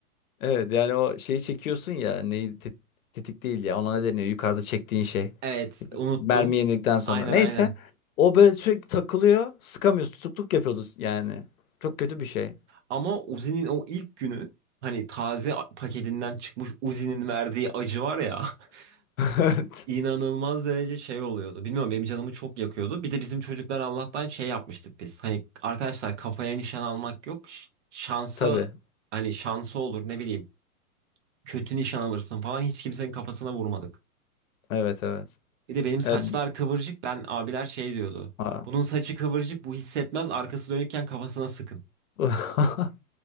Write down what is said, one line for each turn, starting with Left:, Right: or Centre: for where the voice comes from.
Left: evet yani o şeyi çekiyorsun ya neyi te- tetik değil ya ona ne deniyor yukarıda çektiğin şey.
Right: Evet unuttum.
Left: Mermi yenildikten sonra.
Right: Aynen
Left: Neyse.
Right: aynen.
Left: O böyle sürekli takılıyor. Sıkamıyorsun. Tutukluk yapıyordu yani. Çok kötü bir şey.
Right: Ama Uzi'nin o ilk günü hani taze paketinden çıkmış Uzi'nin verdiği acı var ya. <laughs>
Left: Evet,
Right: inanılmaz derece şey oluyordu. Bilmiyorum benim canımı çok yakıyordu. Bir de bizim çocuklar Allah'tan şey yapmıştık biz. Hani arkadaşlar kafaya nişan almak yok. Ş- Şansa
Left: Tabii.
Right: hani şansı olur ne bileyim. Kötü nişan alırsın falan hiç kimsenin kafasına vurmadık.
Left: Evet evet.
Right: Bir de benim saçlar
Left: E,
Right: kıvırcık ben abiler şey diyordu.
Left: aa.
Right: Bunun saçı kıvırcık bu hissetmez arkası dönükken kafasına sıkın.
Left: <laughs>